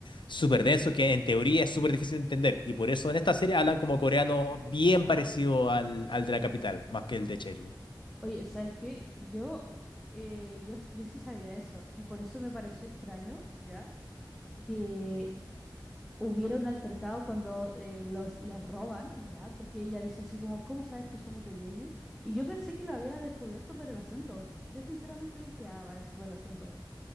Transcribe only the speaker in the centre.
Oye, ¿sabes qué? Yo, eh, yo, s- yo sí sabía eso, y por eso me pareció extraño, ¿ya? Que hubiera un altercado cuando eh, los le roban, ¿ya? Porque ella dice así como, ¿cómo sabes que somos de Jeju? Y yo pensé que lo había descubierto por el acento. Yo sinceramente dije, ah, vale, sí por el acento.